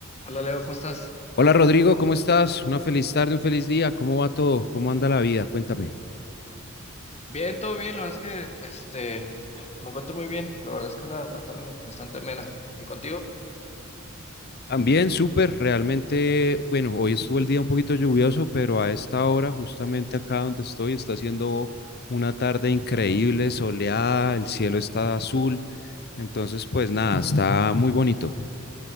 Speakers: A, on the left (about 30°); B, on the left (about 50°).
A: Hola Leo, ¿cómo estás?
B: Hola Rodrigo, ¿cómo estás? Una feliz tarde, un feliz día. ¿Cómo va todo? ¿Cómo anda la vida? Cuéntame.
A: Bien, todo bien, la verdad es que este, me encuentro muy bien, la verdad es que una, una tarde bastante amena. ¿Y contigo?
B: También súper, realmente, bueno, hoy estuvo el día un poquito lluvioso, pero a esta hora, justamente acá donde estoy, está haciendo una tarde increíble, soleada, el cielo está azul, entonces pues nada, está muy bonito.